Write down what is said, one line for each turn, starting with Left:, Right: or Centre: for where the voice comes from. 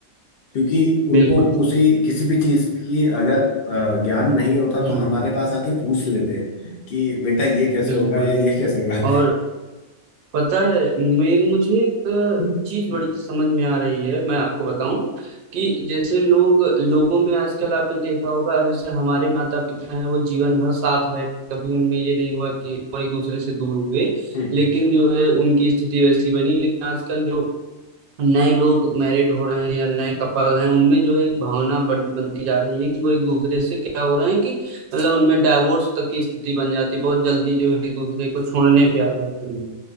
Left: क्योंकि उनको
Right: बिल्कुल
Left: किसी किसी भी चीज की अगर अ, ज्ञान नहीं होता
Right: हम्म,
Left: तो हमारे पास आके पूछ लेते हैं कि बेटा ये कैसे
Right: बिल्कुल।
Left: होगा या ये कैसे होगा
Right: और पता है मैं मुझे एक
Left: हम्म,
Right: चीज़ बड़ी समझ में आ रही है, मैं आपको बताऊं कि जैसे लोग लोगों में आजकल आपने देखा होगा जैसे हमारे माता पिता हैं वो जीवन भर साथ रहे कभी उनमें ये नहीं हुआ कि वो एक दूसरे से दूर हुए
Left: हम्म,
Right: लेकिन जो है उनकी स्थिति वैसी बनी लेकिन आजकल जो नए लोग मैरिड हो रहे हैं या नए कपल हैं उनमें जो है एक भावना बन, बनती जा रही है कि वो एक दूसरे से क्या हो रहे हैं कि मतलब उनमें डाइवोर्स तक की स्थिति बन जाती है बहुत जल्दी जो है एक दूसरे को छोड़ने पे आ जाते हैं